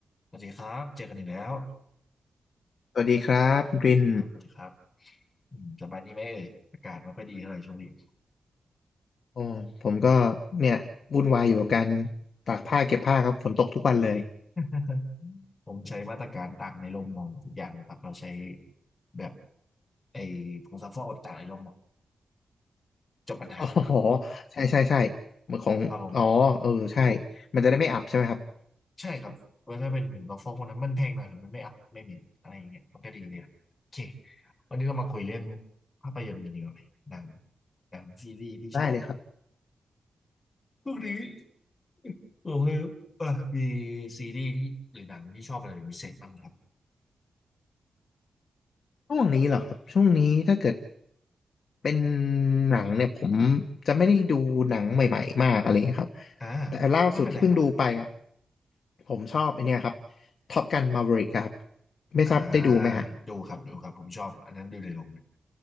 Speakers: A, on the left (about 20°); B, on the left (about 55°).
A: สวัสดีครับเจอกันอีกแล้ว
B: สวัสดีครับคุณกริน
A: สวัสดีครับสวัสดีครับอืมสบายดีไหมเอ่ยอากาศไม่ค่อยดีเท่าไหร่ช่วงนี้
B: อ๋อผมก็เนี่ยวุ่นวายอยู่กับการตากผ้าเก็บผ้าครับฝนตกทุกวันเลย
A: <laughs> ผมใช้มาตรการตากในร่มมองทุกอย่างนะครับเราใช้แบบไอ้ผงซักฟอกตากในร่มมองจบปัญหา
B: อ๋อใช่ใช่ใช่เหมือนของอ๋อเออใช่
A: ครับผม
B: มันจะได้ไม่อับใช่ไหมครับ
A: ใช่ครับเพราะถ้าเป็นผงซักฟอกพวกนั้นมันแพงหน่อยแต่มันไม่อัพไม่เหม็นอะไรอย่างเงี้ยมันก็ดีเลยอะโอเควันนี้เรามาคุยเรื่องภาพยนตร์กันดีกว่าไหมหนังหนังซีรีส์ที่ชอบ
B: ได้เลยครับ
A: พวกนี้ <laughs> โอเคครับเอ่ะมีซีรีส์ที่หรือหนังที่ชอบอะไรเป็นพิเศษบ้างไหมครับ
B: ช่วงนี้เหรอครับช่วงนี้ถ้าเกิดเป็นหนังเนี่ยผมจะไม่ได้ดูหนังใหม่ๆมากอะไรเงี้ยครับ
A: อ่า
B: แต่ล่าสุดที่เพิ่งดูไปอ่ะ
A: ไม่เป็นไรครับ
B: ผมชอบไอเนี้ยครับท็อปกันมา v e ริกครับไม่ทราบได้ดูไหมฮะ
A: อ่าดูครับดูครับผมชอบอันนั้นดูในโรงเลย